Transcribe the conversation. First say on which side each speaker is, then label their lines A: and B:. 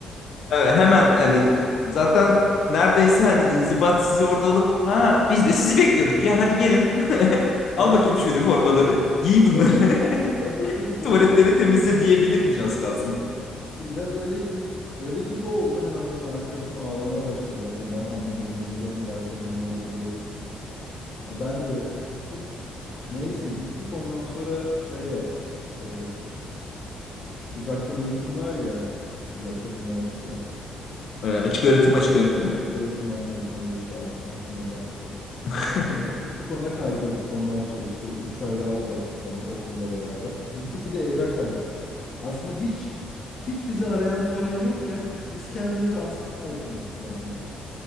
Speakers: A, on the left (about 60°); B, on the left (about 40°).
A: Evet, hemen hani zaten neredeyse hani inzibat sizi orada alıp ha biz de sizi bekliyorduk ya hadi gelin. <laughs> Al
B: Biraz
A: bakayım
B: ö-
A: şu üniformaları. Giy
B: biraz,
A: bunları. <laughs>
B: biraz öyle gibi
A: Tuvaletleri
B: oldu.
A: temizle diyebilirmiş az kalsın.
B: İşte biraz öyle bir öyle gibi oldu. Hemen benim arkadaşım ağlamaya başladı zaten. Ben anneme ne diyeceğim daha kadının haberi yok. Yani ben de biraz tuttum. Neyse gittik ondan sonra şey yaptık. Eee, uzaktan eğitim var ya. Uzaktan üniversite.
A: Ee, açık öğretim açık öğretim mi?
B: Öğretim aynen. Hayır yaşa aldım. Aklıma geldi.
A: <laughs>
B: İlk ona kaydolduk. Ondan sonra işte 3 ay daha uzattık falan okulla beraber. Gittik bir de evrak verdik. Yani Aslında hiç hiç bizi arayan soran yokken biz kendimizi askere aldırdık bir anda.